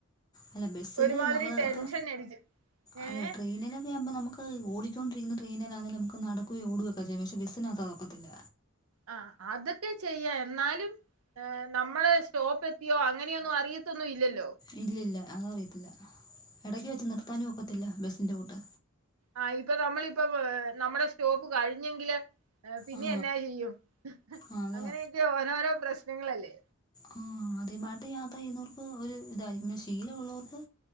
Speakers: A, on the left; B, on the right.
A: അല്ല ബസ്സില്
B: ഒരുമാതിരി
A: നമ്മള്
B: ടെൻഷൻ
A: ഇപ്പ
B: അടിച്ച്
A: അല്ല
B: ഏഹ്
A: ട്രെയിനിലൊക്കെ ആവുമ്പോൾ നമുക്ക് ഓടിക്കൊണ്ടിരിക്കുന്ന ട്രെയിനിലാണേൽ നമുക്ക് നടക്കുകയും ഓടുകയും ഒക്കെ ചെയ്യാം പക്ഷെ ബസ്സിനകത്തതോക്കത്തില്ല
B: ആ അതൊക്കെ ചെയ്യാം എന്നാലും നമ്മള് സ്റ്റോപ്പ് എത്തിയോ അങ്ങനെയൊന്നും അറിയത്തൊന്നും ഇല്ലല്ലോ
A: ഇല്ല ഇല്ല അതറിയത്തില്ല ഇടയ്ക്ക് വച്ച് നിർത്താനും ഒക്കത്തില്ല ബസ്സിൻ്റെ കൂട്ട്
B: ആ ഇപ്പ നമ്മളിപ്പ നമ്മുടെ സ്റ്റോപ്പ് കഴിഞ്ഞെങ്കില് പിന്നെ
A: ആ
B: എഎന്നാ ചെയ്യും
A: ആ, അതാ
B: അങ്ങനെയൊക്കെ ഓരോരോ പ്രശ്നങ്ങളല്ലേ
A: ആ ആദ്യമായിട്ട് യാത്ര ചെയ്യുന്നവർക്ക് ഒരു ഇതായിരിക്കും പിന്നെ ശീലമുള്ളവർക്ക്